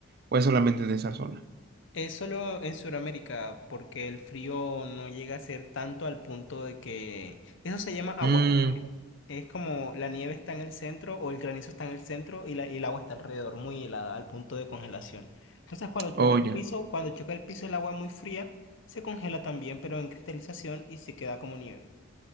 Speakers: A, on the right; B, on the left.
A: o es solamente de esa zona?
B: Es solo en Sudamérica, porque el frío no llega a ser tanto al punto de que... Eso se llama aguanieve.
A: Mm,
B: Es como la nieve está en el centro o el granizo está en el centro y, la, y el agua está alrededor, muy helada, al punto de congelación. Entonces, cuando choca
A: oh, ya.
B: el piso, cuando choca el piso el agua muy fría, se congela también, pero en cristalización y se queda como nieve.